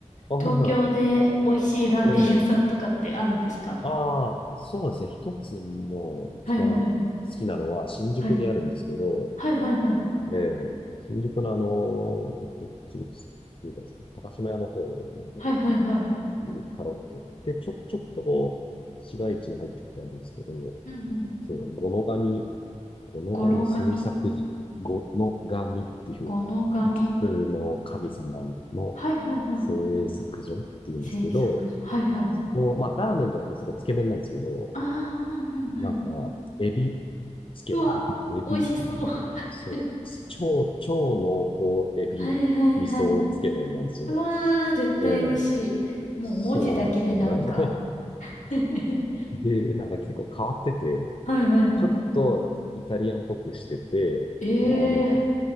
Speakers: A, on the left (about 45°); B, on the left (about 75°).
A: あ、はいは
B: 東京で美味しいラーメン屋さんとかってあるんですか
A: い。ええ、ああ、そうですね。一つもう一番好きなのは新宿にあるんですけど、
B: はいはいはい。はいはいはいはい。
A: ええ、新宿のあの、どっちみちっていうかですね、高島屋の方の方
B: はいはいはい。
A: にかろりって、で、ちょ、ちょっとこう、市街地に入っていくとあるんですけど、
B: うんうん。
A: そう、五ノ神この神制作時、
B: 語呂紙、
A: この神っていう五つつの神様の
B: 語の紙。はいはいはい。
A: 製作所っていうんですけど、
B: 制作。はいはい。
A: そこ、まあ、ラーメンじゃなくて、そこつけ麺なんですけど、
B: ああ、うんうんうん。
A: なんか、エビつけ麺、
B: うわ、
A: エビ、
B: 美味しそう。
A: そう、
B: <laughs>
A: 超、超濃厚エビ味噌つけ麺なんですよ。
B: はいはいはい。うわー、絶対美味し
A: ええ
B: い。もう文字だけでなんか。
A: そうなんですよ。<laughs>
B: <laughs>
A: で、なんか結構変わってて、
B: はいはいは
A: ちょっとイタリアンっぽくしてて、
B: い。ええー。
A: あの、